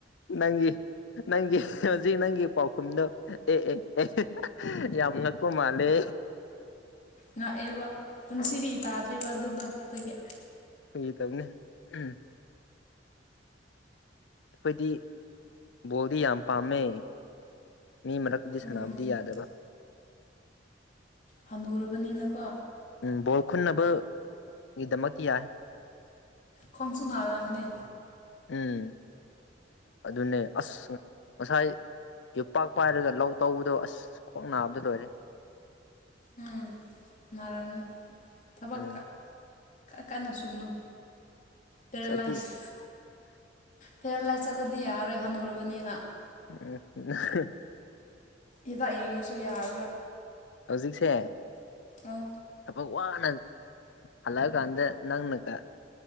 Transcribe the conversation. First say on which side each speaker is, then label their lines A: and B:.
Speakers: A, on the left; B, on the left.
A: ꯅꯪꯒꯤ ꯅꯪꯒꯤ ꯍꯧꯖꯤꯛ ꯅꯪꯒꯤ ꯄꯥꯎꯈꯨꯝꯗꯣ ꯑꯦ ꯑꯦ ꯑꯦ ꯌꯥꯝ ꯉꯛꯀ ꯃꯥꯂꯦ
B: ꯉꯥꯛꯑꯦꯕ ꯄꯨꯟꯁꯤꯗꯤ ꯇꯥꯗ꯭ꯔꯤꯕꯔꯤꯕ ꯑꯗꯨꯗꯣ ꯑꯗꯨꯒꯤ
A: ꯐꯒꯤ ꯇꯧꯕꯅꯦ ꯎꯝ ꯑꯩꯈꯣꯏꯗꯤ ꯕꯣꯜꯗꯤ ꯌꯥꯝ ꯄꯥꯝꯃꯦ ꯃꯤ ꯃꯔꯛꯇꯨꯗꯤ
B: ꯎꯝ
A: ꯁꯥꯟꯅꯕꯗꯤ ꯌꯥꯗꯕ
B: ꯍꯅꯨꯔꯕꯅꯤꯅꯀꯣ
A: ꯎꯝ ꯕꯣꯜ ꯈꯨꯟꯅꯕꯒꯤꯗꯃꯛ ꯌꯥꯏ
B: ꯈꯣꯡꯁꯨ ꯅꯔꯝꯅꯦ
A: ꯎꯝ ꯑꯗꯨꯅꯦ ꯑꯁ ꯉꯁꯥꯏ ꯌꯣꯄꯥꯛ ꯄꯥꯏꯔꯒ ꯂꯧ ꯇꯧꯕꯗꯣ ꯑꯁ ꯈ꯭ꯋꯥꯡ ꯅꯥꯕꯗ ꯂꯣꯏꯔꯦ
B: ꯎꯝ ꯅꯥꯔꯝꯅꯤ ꯊꯕꯛ
A: ꯎꯝ
B: ꯀꯟꯅ ꯁꯨꯅꯨ ꯄꯦꯔꯥꯂꯥꯏꯁ
A: ꯑꯁ ꯑꯗꯨ
B: ꯄꯦꯔꯥꯂꯥꯏꯁ ꯆꯠꯂꯗꯤ ꯌꯥꯔꯣꯏ ꯍꯜꯅꯨꯔꯕꯅꯤꯅ
A: ꯎꯝ
B: ꯍꯤꯗꯥꯛ ꯌꯦꯡꯉꯁꯨ ꯌꯥꯔꯔꯣꯏ
A: ꯍꯧꯖꯤꯛꯁꯦ
B: ꯑꯥ
A: ꯊꯕꯛ ꯋꯥꯅ ꯍꯜꯂꯛ ꯀꯥꯟꯗ ꯅꯪꯅ ꯀ